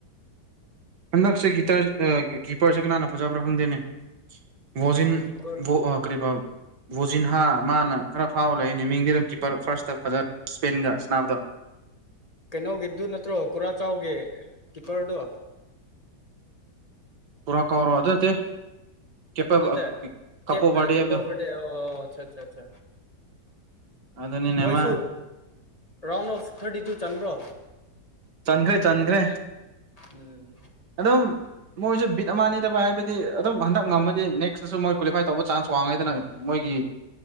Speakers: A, on the right; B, on the left.
A: ꯍꯟꯗꯛꯁꯦ ꯀꯤꯇꯔ ꯑ ꯀꯤꯞꯄꯔꯁꯦ ꯀꯅꯥꯅ ꯐꯖꯕ꯭ꯔꯥ ꯈꯪꯗꯦꯅꯦ ꯕꯣꯖꯤꯟ
B: ꯀꯤꯞꯄꯔ
A: ꯕꯣ ꯑ ꯀꯔꯤꯕ ꯕꯣꯖꯤꯟ ꯍꯥ ꯃꯥꯅ ꯈꯔ ꯐꯥꯎ ꯂꯩꯅꯦ ꯃꯤꯡꯗꯤ ꯑꯗꯨꯝ ꯀꯤꯄꯔ ꯐꯥꯔꯁꯇ ꯐꯖ ꯁ꯭ꯄꯦꯟꯒ ꯁꯥꯟꯅꯕꯗꯣ
B: ꯀꯩꯅꯣꯒꯤꯗꯨ ꯅꯠꯇ꯭ꯔꯣ ꯀꯨꯔꯥꯆꯥꯎꯒꯤ ꯀꯤꯞꯄꯔꯗꯣ
A: ꯀꯨꯔꯥ ꯀꯥꯎꯔꯣ ꯑꯗꯨ ꯅꯠꯇꯦ ꯀꯦꯄ
B: ꯑꯗꯨ ꯅꯠꯇꯦ
A: ꯀꯥꯄꯣ
B: ꯀꯦꯞ
A: ꯕꯥꯔꯗꯦ
B: ꯑ ꯀꯦꯄꯣ
A: ꯍꯥꯏꯕꯗꯣ
B: ꯐꯦ <unintelligible> ꯑꯣ ꯑꯆꯥ ꯑꯆꯥ ꯑꯆꯥ
A: ꯑꯗꯨꯅꯤꯅꯦ
B: ꯃꯣꯏꯁꯨ
A: ꯃꯥ
B: ꯔꯥꯎꯟ ꯑꯣꯐ ꯊꯥꯔꯇꯤ ꯇꯨ ꯆꯟꯕ꯭ꯔꯣ
A: ꯆꯟꯒ꯭ꯔꯦ ꯆꯟꯒ꯭ꯔꯦ
B: ꯎꯝ
A: ꯑꯗꯨꯝ ꯃꯣꯏꯁꯨ ꯕꯤꯠ ꯑꯃꯅꯤꯗꯕ ꯍꯥꯏꯕꯗꯤ ꯑꯗꯨꯝ ꯍꯟꯗꯛ ꯉꯝꯃꯗꯤ ꯅꯦꯛꯁꯇꯁꯨ ꯃꯣꯏ ꯀ꯭ꯋꯥꯂꯤꯐꯥꯏ ꯇꯧꯕ ꯆꯥꯟꯁ ꯋꯥ꯭ꯡꯉꯤꯗꯅ ꯃꯣꯏꯒꯤ